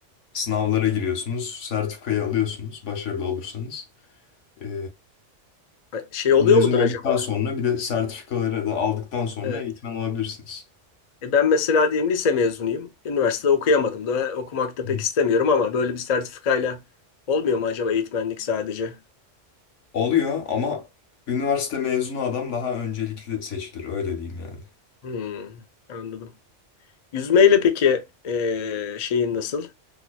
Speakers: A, on the left; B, on the left.
A: Sınavlara giriyorsunuz, sertifikayı alıyorsunuz başarılı olursanız. E,
B: Şey oluyor
A: mezun
B: mudur
A: olduktan
B: acaba?
A: sonra bir de sertifikaları da aldıktan sonra
B: Evet.
A: eğitmen olabilirsiniz.
B: E ben mesela diyelim lise mezunuyum. Üniversitede okuyamadım da okumak da
A: Hı
B: pek
A: hı.
B: istemiyorum ama böyle bir sertifikayla olmuyor mu acaba eğitmenlik sadece?
A: Oluyor ama üniversite mezunu adam daha öncelikli seçilir öyle diyeyim yani.
B: Hmm, anladım. Yüzmeyle peki e, şeyin nasıl?